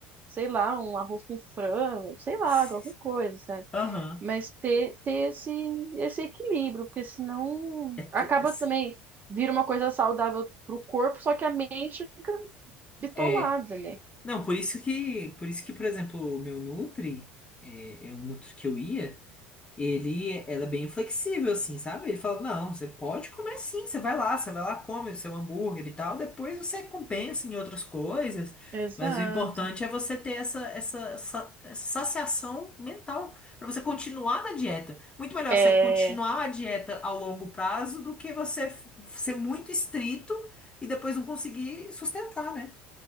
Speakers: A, on the right; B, on the left.
A: sei lá, um arroz com frango, sei lá,
B: S-
A: qualquer coisa, sabe?
B: Aham.
A: Mas ter, ter esse, esse equilíbrio, porque senão
B: É, tu-
A: acaba
B: é, se-
A: também vira uma coisa saudável pro corpo, só que a mente fica bitolada,
B: é.
A: né?
B: não, por isso que, por isso que, por exemplo, o meu Nutri, é, é o Nutri que eu ia, ele era bem flexível, assim, sabe? Ele falava, não, você pode comer sim, você vai lá, você vai lá, come o seu hambúrguer e tal, depois você compensa em outras coisas,
A: Exato.
B: mas o importante é você ter essa, essa, sa- essa saciação mental, para você continuar na dieta. Muito melhor
A: É,
B: você continuar a dieta ao longo prazo do que você f- ser muito estrito e depois não conseguir sustentar, né?